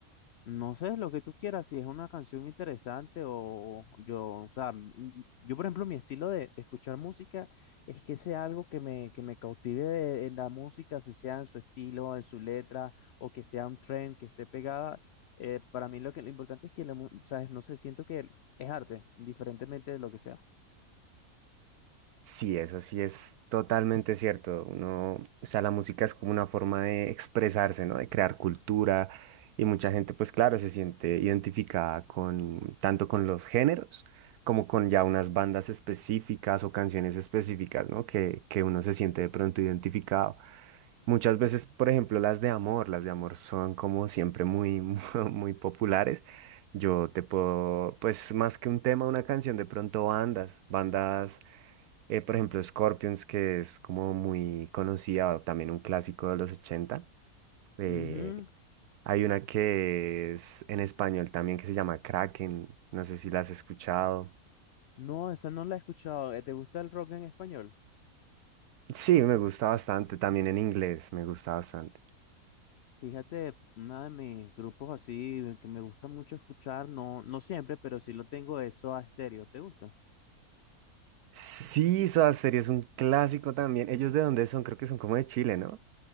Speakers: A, on the left (about 65°); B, on the right (about 80°).
A: No sé, lo que tú quieras, si es una canción interesante o yo, o sea, m- m- yo por ejemplo, mi estilo de, de escuchar música es que sea algo que me, que me cautive de, en la música, si sea en su estilo, en su letra, o que sea un trend que esté pegada. Eh, para mí lo que lo importante es que, la mu- ¿sabes? No sé, siento que es arte, indiferentemente de lo que sea.
B: Sí, eso sí es totalmente cierto. Uno, o sea, la música es como una forma de expresarse, ¿no? De crear cultura y mucha gente, pues claro, se siente identificada con tanto con los géneros como con ya unas bandas específicas o canciones específicas, ¿no? Que, que uno se siente de pronto identificado. Muchas veces, por ejemplo, las de amor, las de amor son como siempre muy, <laughs> muy populares. Yo te puedo, pues más que un tema, una canción, de pronto bandas, bandas, eh, por ejemplo, Scorpions, que es como muy conocida, o también un clásico de los ochenta Eh,
A: Ujú.
B: hay una que es en español también que se llama Kraken, no sé si la has escuchado.
A: No, esa no la he escuchado. Eh, ¿Te gusta el rock en español?
B: Sí, me gusta bastante, también en inglés, me gusta bastante.
A: Fíjate, uno de mis grupos así que me gusta mucho escuchar, no, no siempre, pero sí lo tengo, es Soda Stereo. ¿Te gusta?
B: Sí, Soda Stereo es un clásico también. ¿Ellos de dónde son? Creo que son como de Chile, ¿no?